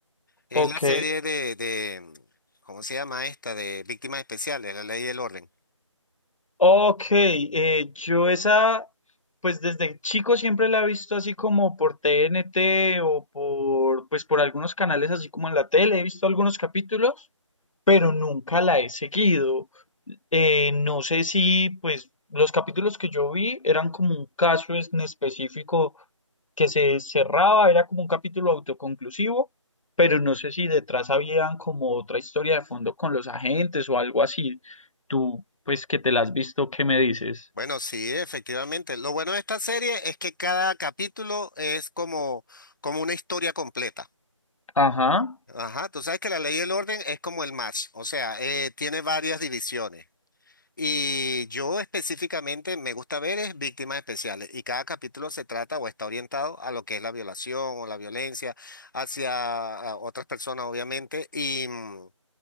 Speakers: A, on the left; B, on the left.
A: Es
B: Ok.
A: la serie de, de, ¿cómo se llama esta? De Víctimas Especiales, La Ley y el Orden.
B: Ok, eh, yo esa, pues desde chico siempre la he visto así como por TNT o por, pues por algunos canales así como en la tele, he visto algunos capítulos, pero nunca la he seguido. Eh, no sé si, pues, los capítulos que yo vi eran como un caso en específico que se cerraba, era como un capítulo autoconclusivo, pero no sé si detrás habían como otra historia de fondo con los agentes o algo así. Tú, pues, que te la has visto, ¿qué me dices?
A: Bueno, sí, efectivamente. Lo bueno de esta serie es que cada capítulo es como, como una historia completa.
B: Ajá.
A: Ajá, tú sabes que La Ley y el Orden es como el match, o sea, eh, tiene varias divisiones. Y yo específicamente me gusta ver es víctimas especiales y cada capítulo se trata o está orientado a lo que es la violación o la violencia hacia a otras personas, obviamente. Y mm,